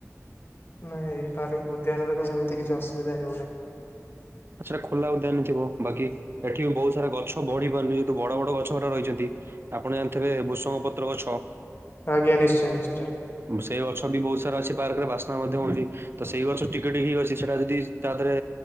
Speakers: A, on the left; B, on the right.
A: ନାଇଁ ଏଇ ପାର୍କ ଉଦ୍ୟାନରେ ତ ସେମିତି କିଛି ଅସୁବିଧା ହେଉନାହିଁ।
B: ସେଟା ଖୋଲା ଉଦ୍ୟାନ ଥିବ। ବାକି ଏଠି ବି ବହୁତ୍ ସାରା ଗଛ ବଢି ପାରୁନି, ଯେହେତୁ ବଡ ବଡ ଗଛ ରା ରହିଛନ୍ତି। ଆପଣ ଜାଣିଥିବେ ଭୃଷଙ୍ଗ ପତ୍ର ଗଛ।
A: ଆଜ୍ଞା, ନିଶ୍ଚୟ, ନିଶ୍ଚୟ।
B: ସେଇ ଗଛ ବି ବହୁତ ସାରା ଅଛି ପାର୍କରେ ବାସ୍ନା ମଧ୍ୟ ହଉଚି। ତ ସେଇ ଗଛ ଟିକେ ଟିକି ହି ଅଛି, ସେଇଟା ଯଦି ତା ଧେରେ